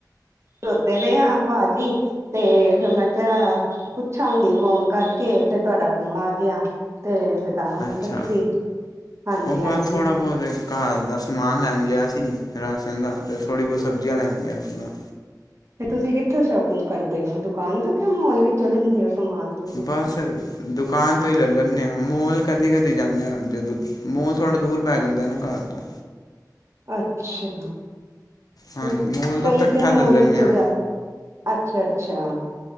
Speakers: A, on the right; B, on the left.
A: ਖਲੋਤੇ ਰਹੇ ਆ ਭਾਜੀ, ਤੇ ਫਿਰ ਮੈਂ ਕਿਹਾ ਪੁੱਛਾਂਗੀ ਫੋਨ ਕਰਕੇ ਤੇ ਤੁਹਾਡਾ ਫੋਨ ਆ ਗਿਆ ਤੇ ਫ ਤਾਂ, ਮੈਂ
B: ਅੱਛਾ
A: ਕਿਹਾ ਤੁਸੀਂ ਹਾਂਜੀ-ਹਾਂਜੀ।
B: ਉਹ ਬਸ ਥੋੜ੍ਹਾ ਬਹੁਤ ਘਰ ਦਾ ਸਮਾਨ ਲੈਣ ਗਿਆ ਸੀ, ਰਾਸ਼ਨ ਦਾ ਤੇ ਥੋੜੀ ਬਹੁਤ- ਸਬਜ਼ੀਆਂ ਲੈਣ ਗਿਆ ਸੀਗਾ।
A: ਤੇ ਤੁਸੀਂ ਕਿੱਥੋਂ ਸ਼ੋਪਿੰਗ ਕਰਦੇ ਹੋ? ਦੁਕਾਨ ਤੋਂ ਕੇ ਮੋਲ ਵਿੱਚੋਂ ਲੈਂਦੇ ਹੋ- ਸਮਾਨ ਤੁਸੀਂ
B: ਬਸ ਦੁਕਾਨ ਤੋਂ ਹੀ ਲੈ ਲੇਨੇ ਆ ਮੋਲ ਕਦੀ-ਕਦੀ, ਜਾਂਦੇ ਹਾਂ ਜਦੋਂ ਮੌਲ ਥੋੜਾ ਦੂਰ ਪੈ ਜਾਂਦਾ ਹੇ ਨਾ ਘਰ ਤੋਂ
A: ਅੱਛਾ।
B: ਹਾਂਜੀ
A: ਚੰਗਾ
B: ਮੋਲ ਤੋਂ
A: ਕਈ
B: ਇਕੱਠਾ
A: ਤੇ ਮੋਲ
B: ਲੈ ਲੈਂਦੇ
A: ਵਿੱਚੋਂ
B: ਹਾਂ
A: ਜਾ, ਅੱਛਾ-ਅੱਛਾ।